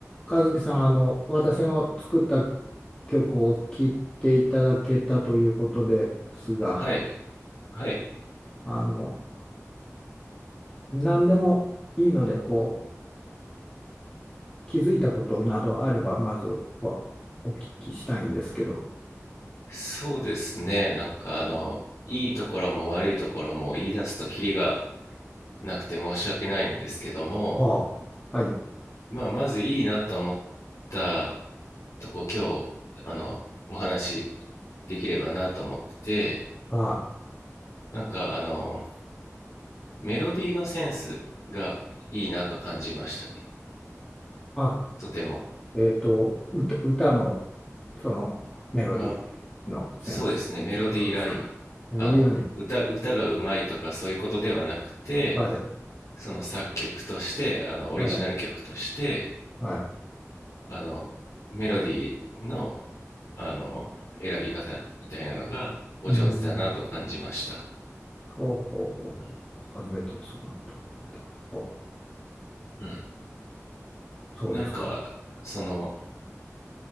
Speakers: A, on the left; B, on the left.
A: 和樹さん、あの、私の作った曲を聴いていただけたということですが、
B: はい、はい。
A: あの、何でもいいので、こう、気づいたことなどあれば、まずはお聞きしたいんですけど。
B: そうですね。なんかあの、いいところも悪いところも言い出すとキリがなくて申し訳ないんですけども、
A: はあ、はい。
B: まあ、まずいいなと思ったとこ、今日、あの、お話できればなと思ってて、
A: は
B: なんかあの、メロディーのセンスがいいなと感じましたね。
A: あ、あ、
B: とても。
A: えっと、歌、歌の、その、メロディーのセンスということですか。
B: うん。あ、そうですね。メロディーライン。
A: メロディアライン。
B: あの、歌、歌がうまいとかそういうことではなくて、
A: はい、
B: その作曲としてあのオリジナル曲として
A: はい、はい。
B: あのメロディーのあの選び方みたいなのがお上手だなと感じました、
A: うーんほうほうほうほう。
B: うん
A: 初めてそんなことを言われた。ほう、
B: うん、
A: そうですか。
B: なんかその